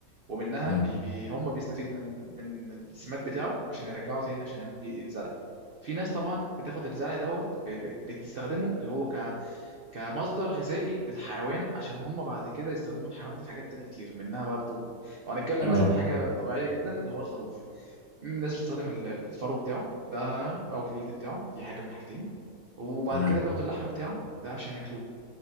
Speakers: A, on the right (about 85°); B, on the left (about 65°).
A: ومنها
B: مم.
A: بي بي هم بيستفيد من من السماد بتاعه عشان يرجعه تاني عشان يعمل بيه الزرع في ناس طبعا بتاخد الزرع دوت ب- ب- بتستخدمه هو ك كمصدر غذائي للحيوان عشان هم بعد كده يستخدموا الحيوان دي في حاجات تانية كتير منها برضو لو هنتكلم
B: تمام
A: مثلا حاجة طبيعية جدا اللي هو الخروف الناس بتستخدم ال- ال- الفرو بتاعه ده أو الجلد بتاعه دي حاجة من حاجتين وبعد
B: تمام
A: كده بياخدوا اللحم بتاعه ده عشان ياكلوه